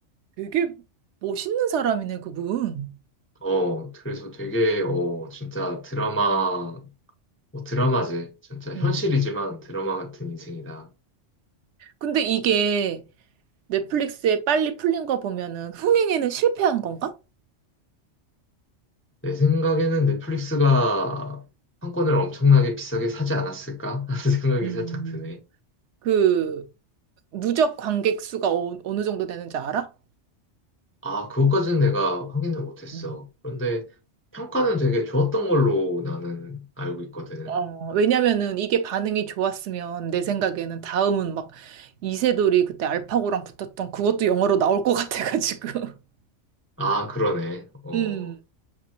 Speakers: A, on the right; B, on the left.
A: 되게 멋있는 사람이네, 그분.
B: 어 그래서 되게 어 진짜 드라마 뭐 드라마지 진짜 현실이지만
A: 음.
B: 드라마 같은 인생이다.
A: 근데 이게 넷플릭스에 빨리 풀린 거 보면은 흥행에는 실패한 건가?
B: 내 생각에는 넷플릭스가 판권을 엄청나게 비싸게 사지 않았을까 하는 <laughs> 생각이
A: 음.
B: 살짝 드네.
A: 그 누적 관객 수가 어, 어느 정도 되는지 알아?
B: 아 그것까지는 내가 확인을 못했어.
A: 음.
B: 그런데 평가는 되게 좋았던 걸로 나는 알고 있거든.
A: 어, 왜냐면은 이게 반응이 좋았으면 내 생각에는 다음은 막 이세돌이 그때 알파고랑 붙었던 그것도 영화로 나올 것 같아가지고. <laughs>
B: 아 그러네. 어.
A: 음.